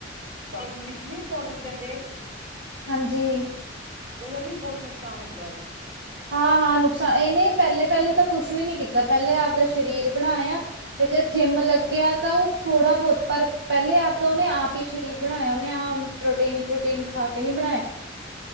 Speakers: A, on the right; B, on the right.
A: ਜਿਮ ਵਿੱਚ ਨਹੀਂ ਪਾੋਡਰ ਦਿੰਦੇ
B: ਹਾਂਜੀ
A: ਉਹਦਾ ਵੀ ਬੋਤ ਨੁਕਸਾਨ ਹੁੰਦਾ ਹੈ
B: ਹਾਂ ਹਾਂ ਨੁਕਸਾਨ ਇਹਨੇ ਪਹਿਲੇ ਪਹਿਲੇ ਤਾਂ ਕੁਛ ਵੀ ਨੀ ਕੀਤਾ ਪਹਿਲੇ ਆਪਦੇ ਸਰੀਰ ਬਣਾਇਆ ਜੇ ਜਿੰਮ ਲੱਗਿਆ ਤਾਂ ਉਹ ਥੋੜਾ ਬੋਤ ਪਰ ਪਹਿਲੇ ਆਪਦਾ ਉਹਨੇ ਆਪ ਹੀ ਸਰੀਰ ਬਣਾਇਆ ਉਹਨੇ ਆਪ ਪ੍ਰੋਟੀਨ ਪ੍ਰੋਟੀਨ ਖਾ ਕੇ ਨੀ ਬਣਾਇਆ